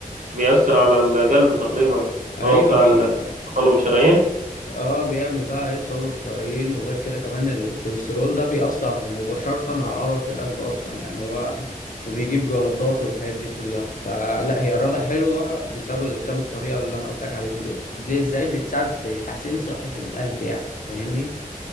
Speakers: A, on the right; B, on the left.
A: بيأثر على القلب تقريبا
B: ايوه
A: هو بتاع
B: بي...
A: ال- تطلب الشرايين
B: اه بيعمل بقى يتسلق شرايين وغير كده كمان الكوليسترول ده بيأثر مباشرة على عضلة القلب اصلا يعني هو وبيجيب جلطات والحاجات دي كلها فلا هي رياضة حلوة بسبب الكام طريقة اللي انا قلت لك عليهم دول دي ازاي بتساعد في تحسين صحة القلب يعني فاهمني